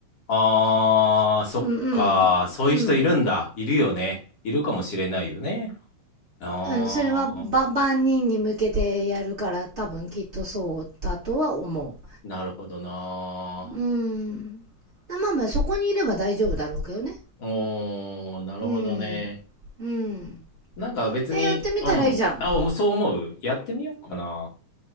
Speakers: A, on the left; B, on the right.
A: あー、そっか。
B: うんうん。
A: そういう人いるんだ。
B: うん。
A: いるよね。いるかもしれないよね。あー、
B: うん、それは、ば、万人に向けてやるから、多分きっとそうだとは思
A: なるほどな。
B: う。うん。まあまあ、そこにいれば大丈夫だろうけどね。
A: おー、なるほどね。
B: うん。うん。
A: なんか別に、
B: え、やってみたらいいじゃん。
A: うん。あ、おもそう思うやってみようかな。